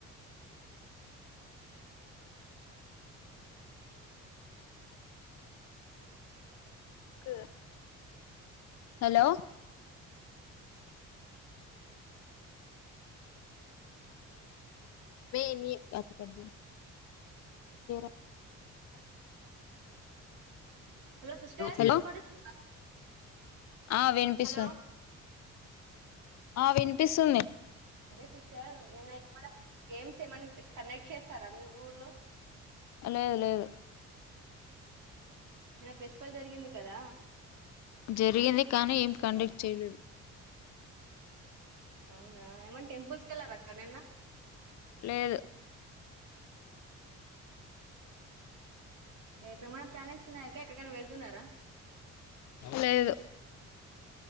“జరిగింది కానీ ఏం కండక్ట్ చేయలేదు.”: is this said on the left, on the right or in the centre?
Left